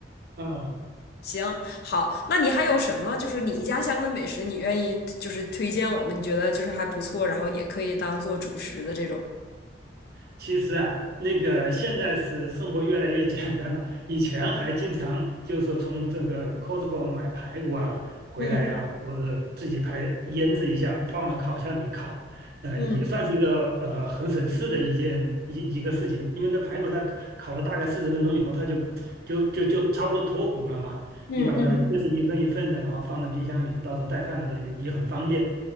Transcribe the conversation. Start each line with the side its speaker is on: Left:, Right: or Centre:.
Right: 嗯。
Left: 行，好，那你还有什么就是你家乡的美食，你愿意就是推荐我们，你觉得就是还不错，然后也可以当做主食的这种
Right: 其实啊，那个现在是生活越来越简单了，以前还经常就是从这个 Costco 买排骨啊回来呀、
Left: 嗯
Right: 或者自己排腌制一下，放到烤箱里烤，呃，
Left: 嗯
Right: 也算是一个呃很省事的一件一一个事情，因为这排骨它烤烤了大概四十分钟以后，它就就就就差不多脱骨了嘛，
Left: 嗯嗯
Right: 你把它切成一份一份的，然后放到冰箱里，到时候带饭的时候也也很方便。